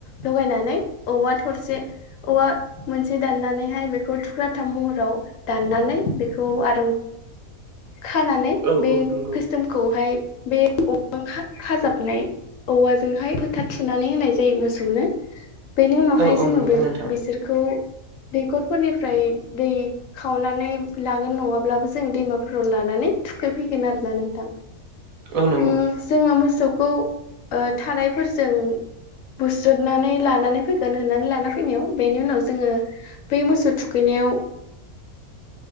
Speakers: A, on the left (about 70°); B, on the right (about 70°).
A: लगायनानै औवा थरसे औवा मोनसे दाननानैहाय बेखौ थुख्राथाम महराव दाननानै बे खौ आरो खानानै
B: औ
A: बे
B: औ नंगौ
A: गोसोमखौहाय बे औवा खाजाबनाय औवाजोंहाय फोथा थुना होनाय जायो मोसौनो। बेनि उनावहाय
B: औ औ
A: जोङो
B: नंगौ
A: बे
B: नोंथां
A: बिसोरखौ दैखरफोरनिफ्राय दै खावनानै लागोन नङाब्लाबो जों दैमा फोराव लानानै थुखैफैगोन आरोना नोंथां
B: औ नंगौ
A: उम जोंङो मो मोसौखौ ओ थारायफोरजों बुस्रोनानै लानानै फैगोन होननानै लाना फैनायाव बेनि उनाव जोङो बै मोसौ थुखै बेयाव
B: <inaudible>